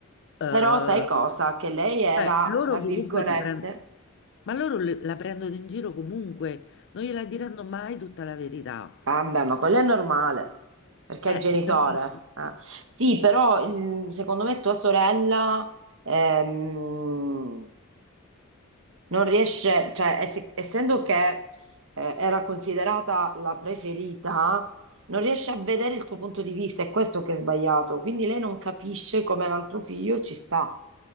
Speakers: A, on the left (about 55°); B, on the right (about 60°).
A: eh,
B: Però sai cosa? Che lei era,
A: Cioè, loro
B: tra
A: comunque
B: virgolette,
A: ti prendono, ma loro le- la prendono in giro comunque, non gliela diranno mai tutta la verità.
B: vabbè, ma quello è normale, perché
A: Eh,
B: è genitore.
A: capito?
B: eh. Sì, però il- secondo me tua sorella ehm, non riesce, cioè es- essendo che eh, era considerata la preferita, non riesce a vedere il tuo punto di vista, è questo che è sbagliato. Quindi lei non capisce come l'altro figlio ci sta,